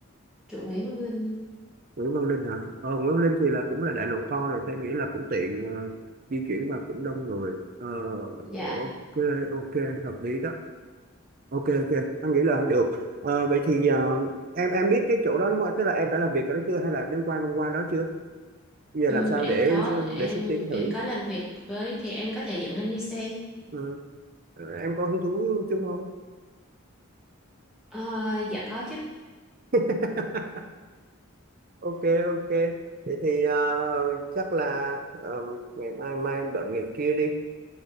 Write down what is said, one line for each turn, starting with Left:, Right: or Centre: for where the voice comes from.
Centre: chủ Nguyễn Văn Linh
Right: Nguyễn Văn Linh hả ờ, Nguyễn Văn Linh thì là cũng là đại lộ to rồi tôi nghĩ là cũng tiện ờ, di chuyển và cũng đông người ờ,
Centre: dạ
Right: ok ok hợp lý đó ok ok anh nghĩ là được Ờ, vậy thì ờ, em em biết cái chỗ đó đúng không tức là em đã làm việc ở đó chưa hay là em đến qua qua đó chưa giờ
Centre: Ừm,
Right: làm sao
Centre: em
Right: để
Centre: có em
Right: để xúc tiến thử
Centre: em có làm việc với thì em có thể dẫn anh đi xem
Right: ừ. Ờ, em có hứng thú chung không
Centre: Ờ, dạ có chứ
Right: <laughs> ok ok vậy thì ờ, chắc là ờ, ngày mai mai em bận ngày kia đi